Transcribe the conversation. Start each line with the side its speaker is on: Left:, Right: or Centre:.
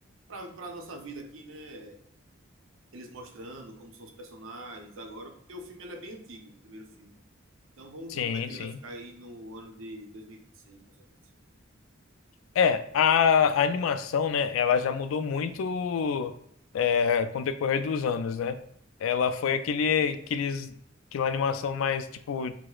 Right: pra, pra nossa vida aqui, né? Eles mostrando como são os personagens agora, porque o filme ele é bem antigo, o primeiro filme. Então vamos
Left: sim,
Right: ver como é que
Left: sim.
Right: ele vai ficar aí no ano de dois mil e e vinte e seis mais ou menos.
Left: É, a, a animação, né, ela já mudou muito é, com o decorrer dos anos, né? Ela foi aquele, aqueles, aquela animação mais, tipo,